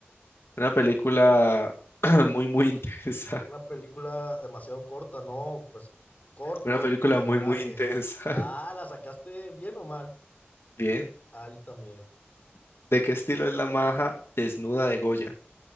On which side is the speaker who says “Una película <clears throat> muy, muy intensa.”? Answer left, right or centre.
Left